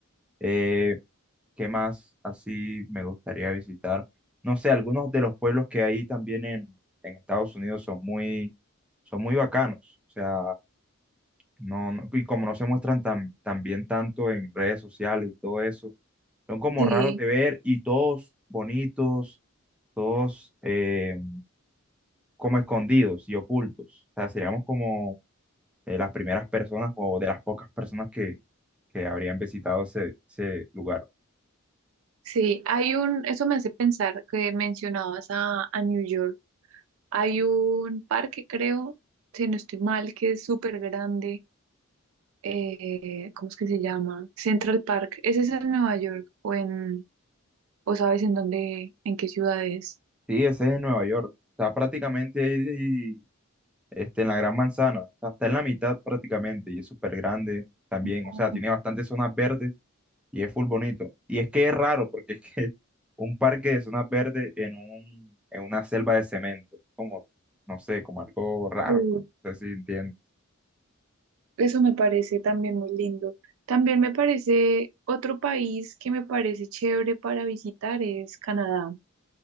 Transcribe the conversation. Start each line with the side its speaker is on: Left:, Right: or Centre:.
Centre: Eh, ¿Qué más así me gustaría visitar? No sé, algunos de los pueblos que hay también en, en Estados Unidos son muy, son muy bacanos. O sea, no, no- y como no se muestran tan, tan bien tanto en redes sociales y todo eso, son como
Right: Sí,
Centre: raros de ver y todos bonitos, todos eh, como escondidos y ocultos. O sea, seríamos como de las primeras personas o de las pocas personas que, que habrían visitado ese, ese lugar.
Right: sí, hay un, eso me hace pensar que mencionabas a, a New York, hay un parque, creo, si no estoy mal, que es súper grande, eh, ¿cómo es que se llama? Central Park, ¿ese es en Nueva York o en, o sabes en dónde, en qué ciudad es?
Centre: Sí, ese es en Nueva York. Está prácticamente ahí, este, en la Gran Manzana. O sea, está en la mitad prácticamente y es súper grande también.
Right: Ah,
Centre: O sea, tiene bastantes zonas verdes y es full bonito. Y es que es raro porque es que <laughs> un parque de zonas verdes en un, en una selva de cemento. Como, no sé, como algo raro.
Right: sí.
Centre: No sé si entiendes.
Right: Eso me parece también muy lindo. También me parece otro país que me parece chévere para visitar es Canadá.